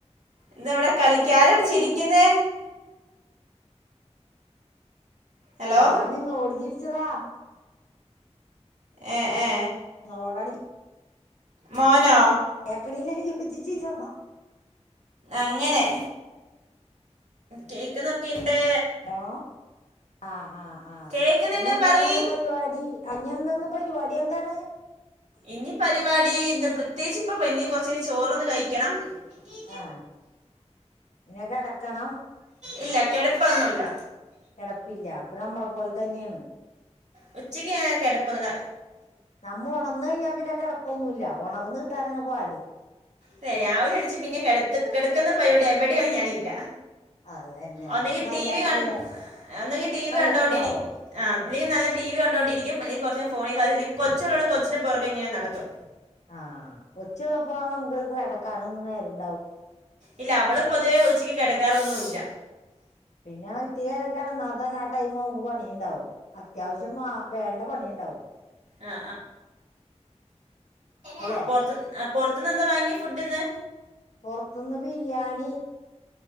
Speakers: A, on the right; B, on the left.
A: എന്താ ഇവിടെ കളിക്കാ ആരടോച്ചിരിക്കുന്നൊ. ഹലോ
B: ഞാന് ഇങ്ങളോട്ട് ചിരിച്ചതാ.
A: ഏ ഏ
B: നിങ്ങളോട് ടി
A: മോനോ
B: കേക്ക് ണ് ലടി <unintelligible>
A: അങ്ങനെ കേക്ക്ന്നോക്കെ ഇണ്ട്.
B: ഓ ആഹ ആഹ് ആഹ്
A: കേക്കുന്നുണ്ട്
B: ഇനി എന്താണന്ന്
A: പറയ്
B: പരിപാടി. ഇഇന്നന്ന് പരിപാടി എന്താണ്.
A: ഇനി പരിപാടി ഇന്ന് പ്രത്യേകിച്ച് ഇപ്പ പ ഇനി കൊറച്ച്കഴിഞ്ഞ് ചോറ് കഴിക്കണം കഴിക്കണം.
B: ആഹ് ഇനി കിടക്കണം
A: ഉ ഇല്ല കിടപ്പൊന്നുമല്ല.
B: കിടപ്പില്ല അപ്പൊ നമ്മളെ പോലെ തന്നെയാണ്.
A: ഉ ഉച്ചക്ക് ഞന് കെടപ്പന്നുല്ല.
B: നമ്മള് ഉണർന്നാ കഴിഞ്ഞാൽ പിന്നെ കിടപ്പൊന്നുല്ല ഉണർന്ന് കിട്ടാനാണ് പോട്.
A: അല്ലെ രാവിലെ എണിച്ചച്ച് പിന്നെ കട കിടക്കുന്ന പരിപാടി എവിടെയാണ് ഞാന് ഇല്ല.
B: അത് തന്നെ
A: ഒന്നെങ്കി
B: നല്ല
A: ടി വി ക
B: നല്ല
A: ഒന്നെങ്കി ടി വി
B: നല്ല
A: കണ്ടോണ്ടിരി
B: സ്വഭാവം
A: ആ അല്ലെങ്കി നല്ല ടിവി കൊണ്ടിരിക്കും അല്ലെങ്കിൽ ഫോണി കളി കൊച്ചോടെ കൊച്ചി പുറകെങ്ങനെ നടക്കും.
B: ആഹ കൊച്ചുള്ള പോക നമുക്ക് ഇത് എടക്കാനൊന്നും നേരും.
A: ഇല്ല അവള് പൊതുവേ ഉച്ചിക്ക് കിടക്കാറൊന്നും ഇല്ല.
B: പിന്നെ ഇത്തിരി നേരം കെടന്ന <unintelligible> ആ ടൈമ് നമുക്ക് പണിയുണ്ടാവും അത്യാവശ്യം വേണ്ട പണിയുണ്ടാവും
A: ആ
B: അല്ലേ
A: ആ പൊർത്ത് ആ പൊർത്ത്ന്ന് എന്താ വാങ്ങി ഫുഡ് ഇന്ന്
B: പൊർത്ത്ന്ന് ബിരിയാണി